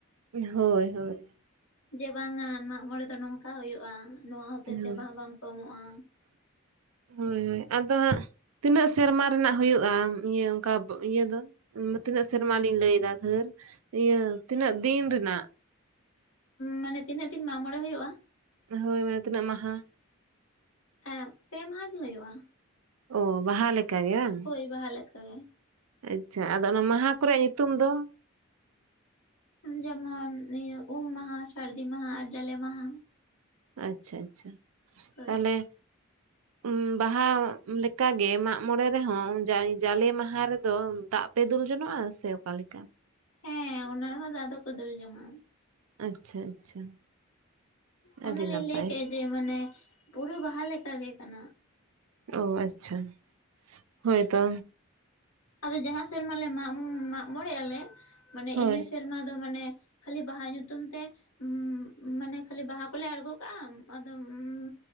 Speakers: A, on the right; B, on the left.
A: ᱦᱳᱭ ᱦᱳᱭ᱾
B: ᱡᱮ ᱵᱟᱝᱼᱟ ᱢᱟᱜ ᱢᱚᱬᱮ ᱫᱚ ᱱᱚᱝᱠᱟ ᱦᱩᱭᱩᱜᱼᱟ, ᱱᱚᱣᱟ ᱦᱚᱛᱮᱜ
A: ᱦᱳᱭ ᱦᱳᱭ
B: ᱛᱮ ᱵᱟᱦᱟ ᱵᱟᱝ ᱠᱚ ᱮᱢᱚᱜᱼᱟ᱾
A: ᱦᱳᱭ ᱦᱳᱭ ᱟᱫᱚ ᱦᱟᱸᱜ ᱛᱤᱱᱟᱹᱜ ᱥᱮᱨᱢᱟ ᱨᱮᱱᱟᱜ ᱦᱳᱭᱩᱜᱼᱟ ᱤᱭᱟᱹ ᱚᱝᱠᱟ ᱤᱭᱟᱹ ᱫᱚ ᱢᱟᱹ ᱛᱤᱱᱟᱹᱜ ᱥᱮᱨᱢᱟᱞᱤᱧ ᱞᱟᱹᱭ ᱮᱫᱟ ᱫᱷᱟᱹᱨ ᱤᱭᱟᱹ ᱛᱤᱱᱟᱹᱜ ᱫᱤᱱ ᱨᱮᱱᱟᱜ?
B: ᱢᱟᱱᱮ ᱛᱤᱱᱟᱹᱜ ᱫᱤᱱ ᱢᱟᱜ ᱢᱚᱬᱮ ᱦᱩᱭᱩᱜᱼᱟ?
A: ᱦᱳᱭ ᱢᱟᱱᱮ ᱛᱤᱱᱟᱹᱜ ᱢᱟᱦᱟ?
B: ᱮᱸ ᱯᱮ ᱢᱟᱦᱟ ᱜᱮ ᱦᱳᱭᱳᱜᱼᱟ᱾
A: ᱳ ᱵᱟᱦᱟ ᱞᱮᱠᱟ ᱜᱮ ᱵᱟᱝ?
B: ᱦᱳᱭ ᱵᱟᱦᱟ ᱞᱮᱠᱟ ᱜᱮ᱾
A: ᱟᱪᱪᱷᱟ ᱟᱫᱚ ᱚᱱᱟ ᱢᱟᱦᱟ ᱠᱚᱨᱮᱭᱟᱜ ᱧᱩᱛᱩᱢ ᱫᱚ?
B: ᱡᱮᱢᱚᱱ ᱤᱭᱟᱹ ᱩᱢ ᱢᱟᱦᱟ ᱥᱟᱹᱨᱫᱤ ᱢᱟᱦᱟ ᱟᱨ ᱡᱟᱞᱮ ᱢᱟᱦᱟ᱾
A: ᱟᱪᱪᱷᱟ ᱟᱪᱪᱷᱟ
B: ᱦᱳᱭ
A: ᱛᱟᱦᱞᱮ ᱩᱸᱻ ᱵᱟᱦᱟ ᱞᱮᱠᱟᱜᱮ ᱢᱟᱜ ᱢᱚᱬᱮ ᱨᱮᱦᱚᱸ ᱡᱟ ᱡᱟᱞᱮ ᱢᱟᱦᱟ ᱨᱮᱫᱚ ᱫᱟᱜ ᱯᱮ ᱫᱩᱞ ᱡᱚᱱᱚᱜᱼᱟ ᱥᱮ ᱚᱠᱟ ᱞᱮᱠᱟ?
B: ᱦᱮᱸ ᱚᱱᱟ ᱨᱮᱦᱚᱸ ᱫᱟᱜ ᱫᱚᱠᱚ ᱫᱩᱞ ᱡᱚᱝ ᱟᱸᱜᱼᱟ᱾
A: ᱟᱪᱪᱷᱟ ᱟᱪᱪᱷᱟ᱾
B: ᱚᱱ
A: ᱟᱹᱰᱤ
B: ᱞᱤᱧ
A: ᱱᱟᱯᱟᱭ
B: ᱞᱟᱹᱭ ᱠᱮᱜᱼᱟ ᱡᱮ ᱢᱟᱱᱮ ᱯᱩᱨᱟᱹ ᱵᱟᱦᱟ ᱞᱮᱠᱟ ᱜᱮ ᱠᱟᱱᱟ᱾
A: ᱚ ᱟᱪᱪᱷᱟ ᱦᱳᱭ ᱛᱚ᱾
B: ᱟᱫᱚ ᱡᱟᱦᱟᱸ ᱥᱮᱨᱢ ᱞᱮ ᱢᱟᱸᱜ ᱢᱟᱸᱜ ᱢᱚᱬᱮ ᱟᱞᱮ ᱢᱟᱱᱮ
A: ᱦᱳᱭ
B: ᱤᱱᱟᱹ ᱥᱮᱨᱢᱟ ᱫᱚ ᱢᱟᱱᱮ ᱠᱷᱟᱹᱞᱤ ᱵᱟᱦᱟ ᱧᱩᱛᱩᱢ ᱛᱮ ᱩᱸᱻ ᱢᱟᱱᱮ ᱠᱷᱟᱞᱞᱤ ᱵᱟᱦᱟ ᱠᱩᱞᱮ ᱟᱬᱜᱚ ᱠᱟᱜᱼᱟ ᱟᱫᱚᱢ ᱩᱸᱻ